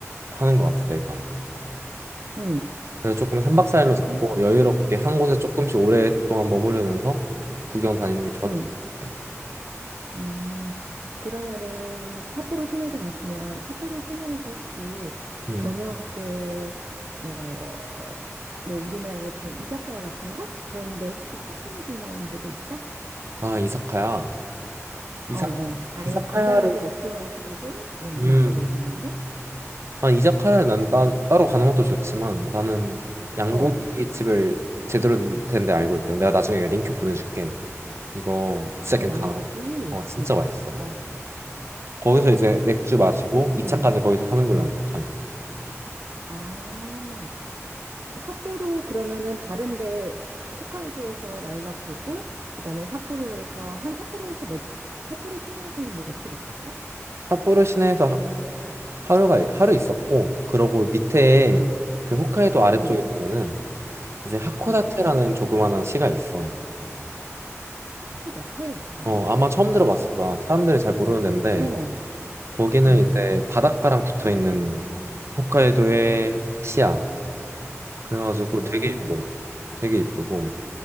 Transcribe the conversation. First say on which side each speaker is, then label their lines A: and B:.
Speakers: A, on the right (about 55°); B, on the right (about 75°).
A: 하는 것 같아 내가.
B: 음.
A: 그래서 조금 3박 4일로
B: 그래서
A: 잡고
B: 삼,
A: 여유롭게 한 곳에 조금씩 오랫동안 머무르면서 구경 다니는 게 좋았던
B: 음,
A: 것 같아.
B: 음. 그러면은 삿포로 시내도 갔으면 삿포로 시내에서 혹시
A: 음.
B: 저녁에 뭐, 뭐 우리나라로 치면 이자카야 같은 거? 그런데 혹시 추천해 줄 만한 데도 있어?
A: 아, 이사카야. 이사카,
B: 어, 어. 아니,
A: 이사카야를,
B: 간단하게 맥주 마시고, 이런
A: 음,
B: 거 마- 먹을 만한데?
A: 아, 이사카야를 난 따, 따로 가는 것도 좋지만 나는 양고기
B: 어,
A: 집을 제대로 된데 알고 있거든. 내가 나중에 링크 보내줄게. 이거 진짜
B: 어,
A: 괜찮아.
B: 양고기,
A: 어, 진짜
B: 어,
A: 맛있어.
B: 어,
A: 거기서 이제 맥주
B: 그,
A: 마시고 2차까지
B: 음,
A: 거기서 하는 걸난
B: 음.
A: 추천해.
B: 아, 삿포로 그러면은 다른데, 홋카이도에서 라일락 보고, 그 다음에 삿포로에서, 한 삿포로에서 몇, 삿포로 시내에서는 며칠 있었어?
A: 삿포로 시내에서 하, 하루가, 하루 있었고, 그러고 밑에
B: 음,
A: 그 홋카이도 아래쪽에
B: 음,
A: 보면은 이제 하코다테라는
B: 어.
A: 조그만한 시가 있어.
B: 하코다테? 어,
A: 어, 아마 처음 들어봤을 거야. 사람들이 잘 모르는 데인데,
B: 어,
A: 거기는
B: 음,
A: 이제 바닷가랑 붙어 있는 홋카이도의 시야. 그래가지고
B: 어.
A: 되게 이뻐. 되게 이쁘고